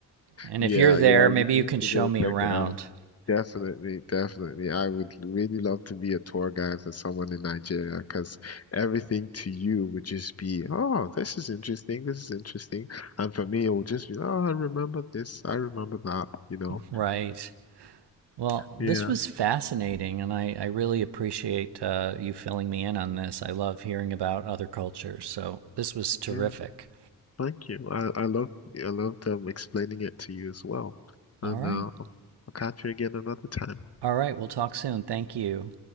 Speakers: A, on the right; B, on the left.
A: And
B: Yeah,
A: if you're there,
B: yeah,
A: maybe
B: you need
A: you can
B: to
A: show
B: go
A: me
B: check
A: around.
B: it out. Definitely, definitely. I would really love to be a tour guide for someone in Nigeria because everything to you would just be, oh, this is interesting, this is interesting. And for me, it would just be, oh, I remember this, I remember that, you know.
A: Right. Well, this
B: Yeah,
A: was fascinating, and I, I really appreciate uh, you filling me in on this. I love hearing about other cultures, so this was terrific.
B: yeah. Thank you. I, I love I love them explaining it to you as well. And
A: All right.
B: uh, I'll catch you again another time.
A: All right. We'll talk soon. Thank you.